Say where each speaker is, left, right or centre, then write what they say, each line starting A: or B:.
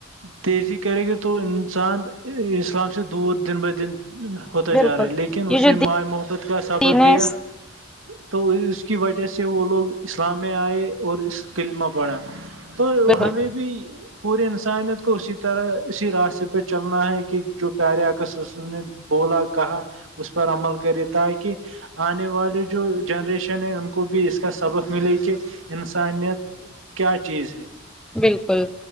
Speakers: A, on the right; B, in the centre.
A: تیزی کرے گے تو انسان اسلام سے دور دن بہ دن ہوتا جا
B: بالکل
A: رہا ہے لیکن اس
B: یہ جو
A: نے مائ محبت کا
B: دین
A: سبق
B: ہے
A: دیا
B: بالکل
A: تو اس اس کی وجہ سے وہ لوگ اسلام میں آئے اور اس علمہ پڑا تو
B: بالکل
A: ہمیں بھی پوری انسانیت کو اسی طرح اسی راستے پہ چلنا ہے کہ جو پیارے عکسص نے بولا کہا اس پر عمل کرے تاکہ آنے والی جو جنریشن ہے ان کو بھی اس کا سبق ملے کہ انسانیت کیا چیز ہے
B: بالکل